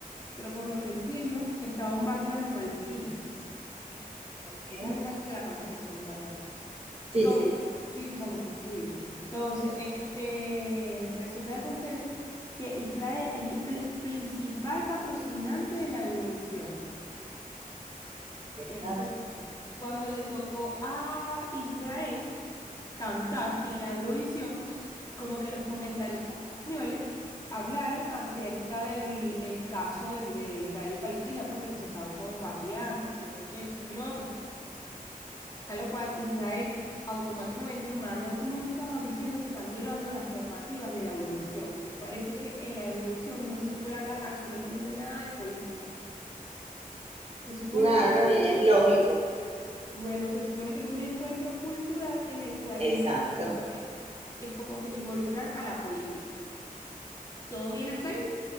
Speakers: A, on the left; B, on the right.
A: pero por lo que entiendo, está bombardeando a Palestina.
B: ok.
A: Esa gente se la pasa en eso, bombardeando.
B: Sí,
A: To-
B: sí,
A: Sí, chamo, qué increíble. Entonces, este, resulta que acontece que Israel es el pri- principal patrocinante de la Eurovisión.
B: ¿qué
A: Entonces,
B: tal?
A: cuando le tocó a Israel cantar en la Eurovisión, como que los comentaristas españoles hablaron acerca del el caso de, de Israel y Palestina, pues que se estaban bombardeando, que no sé qué, que esto, que lo otro. A lo cual Israel automáticamente manda un comunicado diciendo que están violando las normativas de la Eurovisión, porque parece que en la Eurovisión no se puede hablar absolutamente nada de política. Se supone
B: Claro,
A: que,
B: y es lógico.
A: bueno, se supone que es un encuentro cultural en el cual
B: Exacto.
A: no se puede, es como que involucrar a la política. ¿Todo bien hasta ahí?